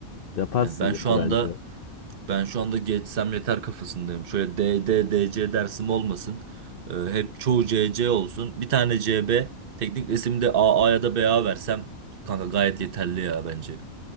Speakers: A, on the left (about 50°); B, on the right (about 45°).
A: Yaparsın
B: Yani ben
A: ya
B: şu anda
A: bence.
B: Ben şu anda geçsem yeter kafasındayım. Şöyle D, D, D, C dersim olmasın. Ee, hep çoğu C, C olsun. Bir tane C B, Teknik resimde A A ya da B A versem kanka gayet yeterli ya bence.